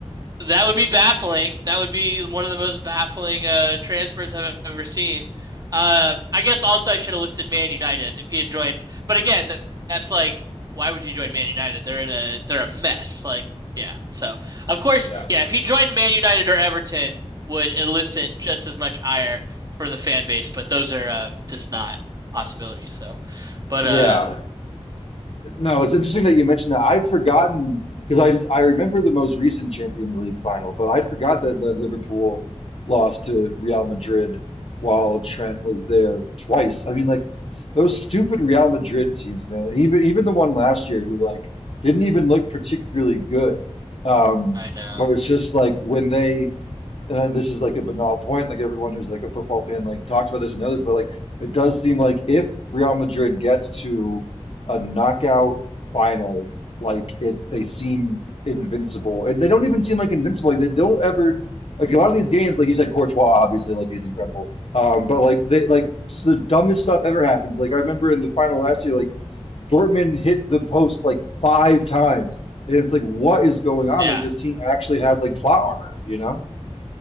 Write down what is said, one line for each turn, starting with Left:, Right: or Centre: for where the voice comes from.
Right: That would be baffling. That would be one of the most baffling uh, transfers I've e-, ever seen. Uh, I guess also I should have listed Man United if he had joined. But again, that's like, why would you join Man United? They're in a they're a mess. Like, yeah. So of course,
Left: Yeah.
Right: yeah. If he joined Man United or Everton, would elicit just as much ire for the fan base. But those are uh, just not possibilities. So, but
Left: <laughs> yeah."
Right: uh,
Left: No, it's interesting that you mentioned that. I'd forgotten because I I remember the most recent Champions League final, but I forgot that, that Liverpool lost to Real Madrid while Trent was there twice. I mean, like those stupid Real Madrid teams, man. Even even the one last year who like didn't even look particularly good. Um,
Right: I know.
Left: but it's just like when they and I- this is like a banal point, like everyone who's like a football fan like talks about this and knows, but like it does seem like if Real Madrid gets to a knockout final, like it they seem invincible. And they don't even seem like invincible. Like they don't ever like a lot of these games, like you said, Courtois, obviously, like he's incredible. Um, but like they like s- the dumbest stuff ever happens. Like I remember in the final last year, like Dortmund hit the post like five times. And it's like, what is going on?
Right: Yeah.
Left: Like this team actually has like plot armor, you know?